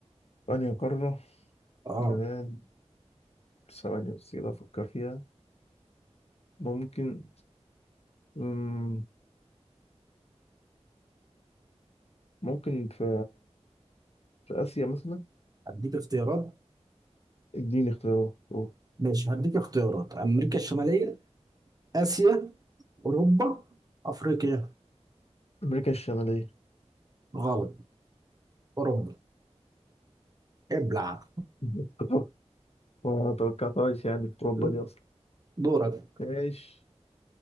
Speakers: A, on the left; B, on the right.
A: أنهي قارة
B: اه
A: جمال ثواني بس كده أفكر فيها ممكن مم، ممكن في في آسيا مثلا
B: هديك اختيارات
A: اديني اختيارات شوف.
B: ماشي هديك اختيارات امريكا الشمالية اسيا اوروبا افريقيا
A: أمريكا الشمالية
B: غلط اوروبا ابلع
A: <laughs> ما توقعتهاش يعني في أوروبا
B: <laughs>
A: دي أصلا
B: دورك
A: ماشي